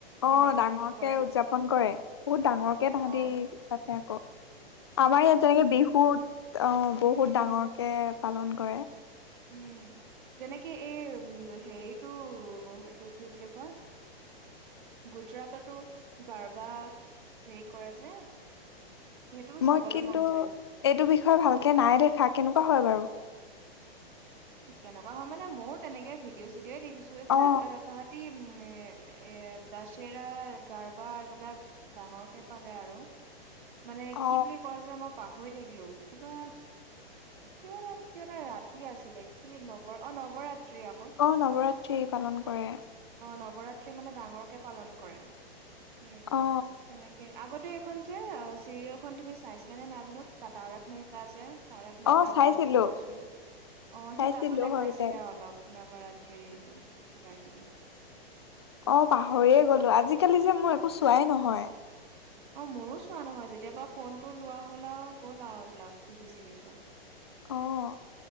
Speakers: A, on the left (about 25°); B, on the right (about 50°).
A: অ',
B: কেনেকে
A: ডাঙৰকে
B: কি কৰে
A: উদযাপন কৰে, বহুত ডাঙৰকে তাহাঁতি
B: অ
A: পাতে আকৌ'। আমাৰ ইয়াত যেনেকে বিহুত, আহ'
B: উম
A: বহুত
B: উম
A: ডাঙৰকে পালন কৰে।
B: উম', যেনেকে এই উম হেৰিটো এইটো কি বুলি কয় গুজৰাটতো, গাৰ্বা, হেৰি কৰে যে সেইটোও
A: মই
B: চাবলে
A: কিন্তু,
B: মন যায়
A: এইটো বিষয়ে ভালকে নাই দেখা কেনেকুৱা হয় বাৰু।
B: কেনেকুৱা হয় মানে, ময়ো তেনেকে ভিডিঅ' চিডিঅই দেখিছোঁ এইবিলাক
A: অ
B: এ তাহাঁতি উম' এ দাচেৰা, গাৰ্বা এইবিলাক ডাঙৰকে পাতে আৰু, মানে
A: অ
B: কি বুলি কয় যে মই পাহৰি থাকিলোঁ, কিবা কিবা এ কিবা এটা ৰাতি আছিলে। কি নৱ অ' নৱৰাত্ৰি আকৌ।
A: অ', নৱৰাত্ৰি পালন কৰে।
B: অ', নৱৰাত্ৰি মানে ডাঙৰকে পালন কৰে, উম'
A: অ
B: তেনেকে আগতে, এইখন যে চিৰিয়েলখন তুমি চাইছিলা নে নাজানো, তা তাৰগ মেহতা যে। তাৰক মেহতা
A: অ চাইছিলো
B: কা উল্টা চশমা, অ'
A: চাইছিলো
B: সেই তাতো দেখাইছিলে
A: সৰুতে
B: অলপ। নৱৰাত্ৰি, কিবা কিবি।
A: অ' পাহৰিয়ে গলোঁ। আজিকালি যে মোৰ একো চোৱাই নহয়।
B: অ' মোৰো চোৱা নহয়। যেতিয়াবা ফোন টো লোৱা হ'ল আৰু গ'ল আৰু এইবিলাক টিভি চিভি চোৱা
A: অ'